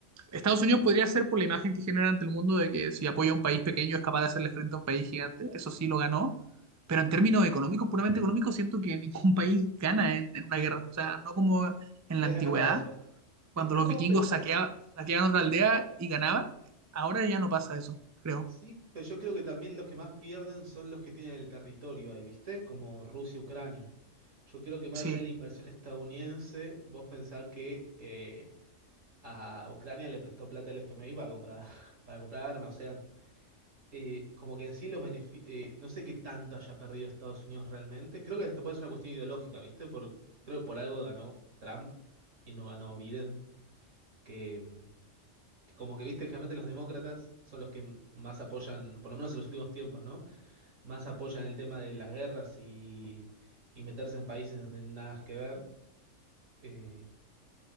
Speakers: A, on the right (about 30°); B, on the right (about 80°).
A: Estados Unidos podría ser por la imagen que genera ante el mundo de que si apoya a un país pequeño es capaz de hacerle frente a un país gigante. Eso sí lo ganó. Pero en términos económicos, puramente económicos, siento que ningún <laughs> país gana en, en una guerra. O sea, no como en
B: es
A: la antigüedad,
B: verdad eso.
A: cuando
B: Eh, no,
A: los vikingos
B: pero
A: saquea- saqueaban
B: eh,
A: otra
B: te-
A: aldea y ganaban. Ahora ya no pasa eso, creo.
B: sí, pero yo creo que también los que más pierden son los que tienen el territorio ahí, ¿viste? Como Rusia, Ucrania. Yo creo que más
A: Sí,
B: allá de la inversión estadounidense, vos pensás que eh, a Ucrania le prestó plata el FMI para comprar, <laughs> para comprar armas, o sea. eh, como que en sí los benefi- eh, no sé qué tanto haya perdido Estados Unidos realmente. Creo que hasta puede ser una cuestión ideológica, ¿viste? Por, creo que por algo ganó Trump y no ganó Biden, que, mm, que como que, viste, generalmente los demócratas son los que más apoyan, por lo menos en los últimos tiempos, ¿no? Más apoyan el tema de las guerras y, y meterse en países donde nada que ver. eh,